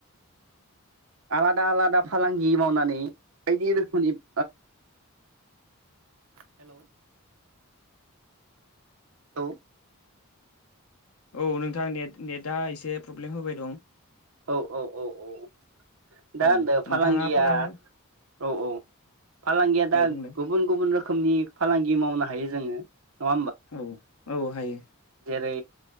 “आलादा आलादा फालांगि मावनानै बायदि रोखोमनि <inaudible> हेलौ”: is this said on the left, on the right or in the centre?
Right